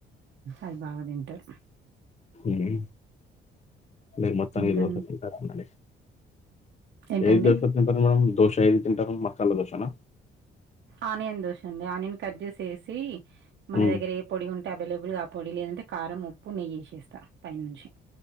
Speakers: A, on the right (about 65°); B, on the left (about 35°).
A: అది బాగ తింటారు
B: ఎయ్ మీరు మొత్తానికి
A: ఇంకా
B: దోస తింటార్ అనండి
A: ఏంటండి
B: ఏ దస తింటారు మేమ్ దోశ ఏది తింటరు మసాల దోశ న
A: ఆనియన్ దోశ అండి ఆనియన్ కట్ చేసేసి మన
B: ఉమ్,
A: దగ్గర ఏ పొడి ఉంటే అవైలబుల్గా ఆ పొడి లేదంటే కారం ఉప్పు నెయ్యి వేసేస్తా పైననుంచి